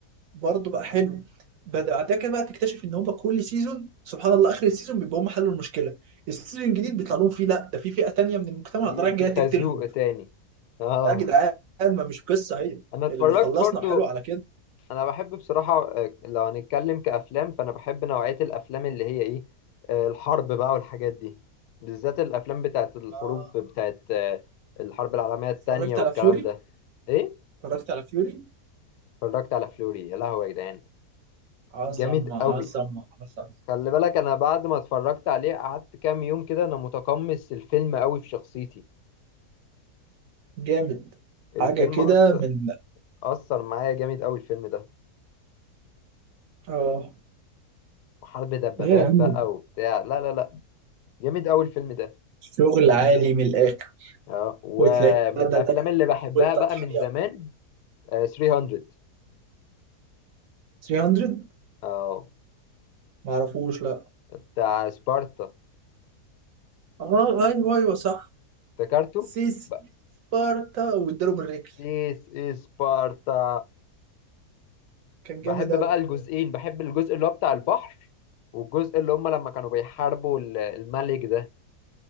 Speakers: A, on the right; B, on the left.
A: برضه بقى حلو بعد بعد كده بقى تكتشف ان هم كل سيزون سبحان الله اخر السيزون بيبقى هم حلوا المشكله السيزون الجديد بيطلع لهم فيه لا ده في فئه تانيه من المجتمع
B: في
A: طالعه
B: في
A: جايه
B: خازوق
A: تقتلهم
B: تاني اه
A: يا جدعان ما مش قصه هي
B: أنا اتفرجت
A: اللي خلصنا
B: برضو
A: وحلو على كده
B: أنا بحب بصراحة آه، لو هنتكلم كأفلام فأنا بحب نوعية الأفلام اللي هي إيه آه، الحرب بقى والحاجات دي بالذات الأفلام بتاعت الحروب
A: آه،
B: بتاعت آه، الحرب العالمية التانية
A: اتفرجت
B: والكلام
A: على فيوري
B: ده إيه
A: اتفرجت على فيوري
B: اتفرجت على فلوري يا لهوي يا جدعان
A: عظمه
B: جامد قوي
A: عظمه عظمه
B: خلي بالك انا بعد ما اتفرجت عليه قعدت كام يوم كده انا متقمص الفيلم قوي في شخصيتي
A: جامد
B: الفيلم
A: حاجة كده
B: أثر
A: من
B: أثر معايا جامد قوي الفيلم ده
A: اه
B: وحرب دبابات
A: لا يا
B: بقى
A: عم
B: وبتاع لا لا لا جامد قوي الفيلم ده
A: شغل عالي من الآخر
B: اه ومن
A: وتلاقي ده
B: الافلام
A: داخل
B: اللي بحبها
A: والتضحية
B: بقى من زمان آه 300
A: 300
B: اه
A: معرفوش لا
B: بتاع سبارتا
A: اه ايوه ايوه صح
B: افتكرته
A: سيسي
B: بقى
A: سبارتا واداله بالرجل
B: ديس از سبارتا
A: كان
B: بحب
A: جامد أوي
B: بقى الجزئين بحب الجزء اللي هو بتاع البحر والجزء اللي هم لما كانوا بيحاربوا ال- الملك ده